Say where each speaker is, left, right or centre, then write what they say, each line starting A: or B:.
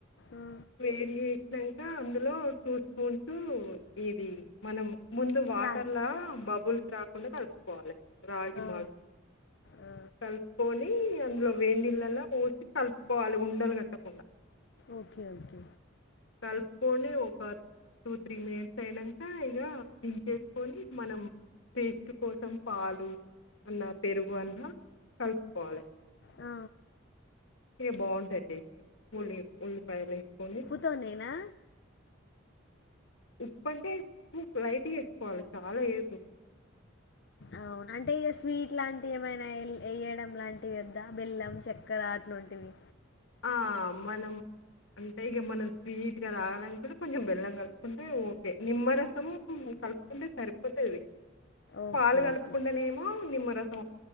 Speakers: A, on the left; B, on the left.
A: ఆ!
B: వేడి చేసినంక కా అందులో టూ స్పూన్స్ ఇది మనం ముందు వాటర్లా
A: రాగి
B: బబుల్ రాకుండా కలుపుకోవాలి రాగి
A: ఆ!
B: మాల్పు
A: ఆ!
B: కలుపుకొని అందులో వేడి నీల్లలా పోసి కలుపుకోవాలి ఉండలు కట్టకుండా
A: ఓకే ఓకే
B: కలుపుకని ఒక టూ త్రీ మినిట్స్ అయినాక ఇగ దించేసుకొని మనం టేస్ట్ కోసం పాలు అన్న పెరుగు అన్నా కలుపుకోవాలే
A: ఆ
B: ఇగా బాగుంటది టే కొని ఉల్లిపాయలు వేసుకొని
A: తోనేనా
B: ఉప్పంటే ను లైట్గా ఏసుకోవాలి చాలా ఏయెద్దు
A: అవును అంటే ఇక స్వీట్ లాంటివి ఏమైనా ఏ ఏయడం లాంటివి వద్దా బెల్లం చక్కెర అట్లోంటివి
B: ఆ మనం అంటే ఇగ మనం స్వీట్గా తాగానుకుంటే కొంచెం బెల్లం కలుపుకుంటే ఓకే నిమ్మరసము కలుపుకుంటే సరిపోతుది
A: ఓకే.
B: పాలు కలుపుకుండానేమో
A: ఓకే.
B: నిమ్మరస్